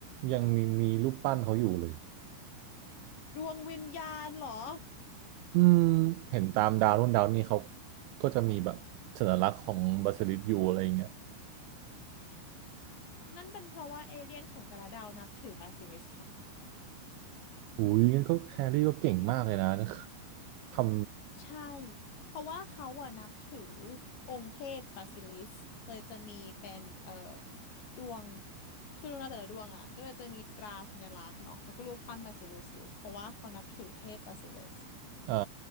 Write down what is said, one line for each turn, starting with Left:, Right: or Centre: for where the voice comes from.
Right: ยังมีมีรูปปั้นเขาอยู่เลย
Left: ดวงวิญญาณเหรอ
Right: อืมเห็นตามดาวนู่นดาวนี่เขาก็จะมีแบบสัญลักษณ์ของบาสิลิสอยู่อะไรอย่างเงี้ย
Left: นั่นเป็นเพราะว่าเอเลี่ยนของแต่ละดาวนับถือบาซิลิสค่ะ
Right: อุ้ยงั้นก็แฮร์รี่ก็เก่งมากเลยนะท
Left: ใช่เพราะว่าเขาอะนับถือองค์เทพบาซิลิสเลยจะมีเป็นเอ่อดวงคือดวงดาวแต่ละดวงอะก็เลยจะมีตราสัญลักษณ์เนาะแล้วก็รูปปั้นบาซิลิสอยู่เพราะว่าเขานับถือเทพบาซิลิส
Right: ำเอ่